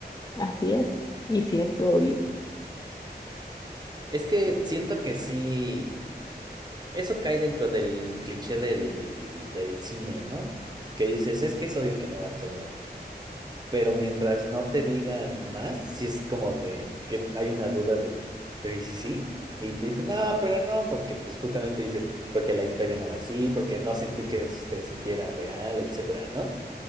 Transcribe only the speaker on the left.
así es, y sí estuvo vivo.